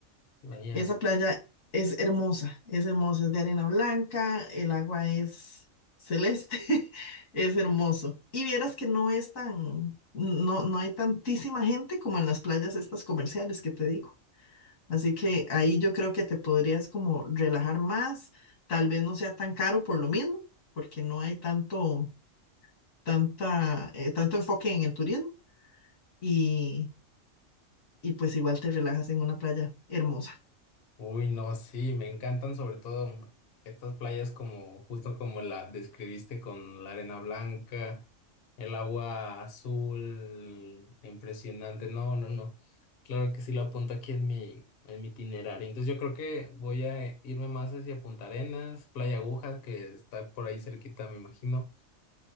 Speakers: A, on the left; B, on the left.
A: la
B: Esa playa es hermosa, es hermosa, es de arena blanca, el agua es celeste, <laughs> es hermoso. Y vieras que no es tan, no, no hay tantísima gente como en las playas estas comerciales que te digo. Así que ahí yo creo que te podrías como relajar más, tal vez no sea tan caro por lo mismo, porque no hay tanto, tanta, eh, tanto enfoque en el turismo y, y pues igual te relajas en una playa hermosa.
A: Uy, no, sí, me encantan sobre todo estas playas como, justo como la describiste con la arena blanca, el agua azul, impresionante. No, no, no. Claro que sí lo apunto aquí en mi, en mi itinerario. Entonces yo creo que voy a eh, irme más hacia Punta Arenas, Playa Agujas, que está por ahí cerquita, me imagino.